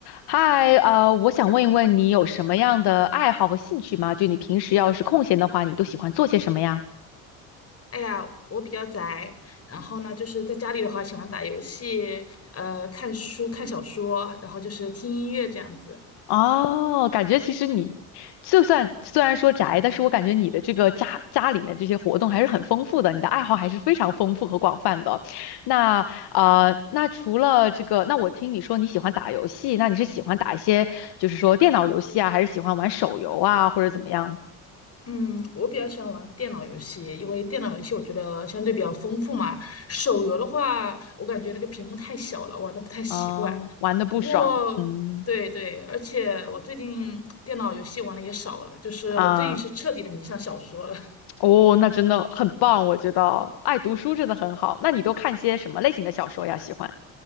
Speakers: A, on the left (about 65°); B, on the left (about 35°).
A: 嗨，呃，我想问一问你有什么样的爱好和兴趣吗？就你平时要是空闲的话，你都喜欢做些什么呀？
B: 哎呀，我比较宅，然后呢，就是在家里的话，喜欢打游戏，呃，看书、看小说，然后就是听音乐这样子。
A: 哦，感觉其实你就算虽然说宅，但是我感觉你的这个家家里面这些活动还是很丰富的，你的爱好还是非常丰富和广泛的。那呃，那除了这个，那我听你说你喜欢打游戏，那你是喜欢打一些就是说电脑游戏啊，还是喜欢玩手游啊，或者怎么样？
B: 嗯，我比较喜欢玩电脑游戏，因为电脑游戏我觉得相对比较丰富嘛。手游的话，我感觉那个屏幕太小了，玩的不太习惯。
A: 啊、玩的不爽，
B: 不过，
A: 嗯
B: 对对，而且我最近电脑游戏玩的也少了，就是我最近是彻底的迷上小说了。
A: 啊。哦，那真的很棒，我觉得爱读书真的很好。那你都看些什么类型的小说呀？喜欢？